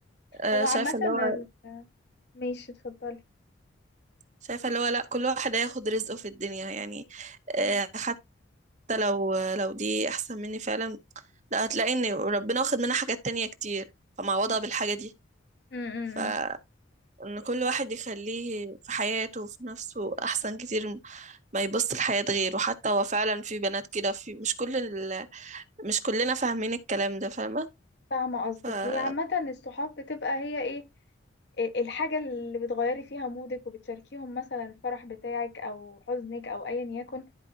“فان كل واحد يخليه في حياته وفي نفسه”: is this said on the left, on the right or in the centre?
Right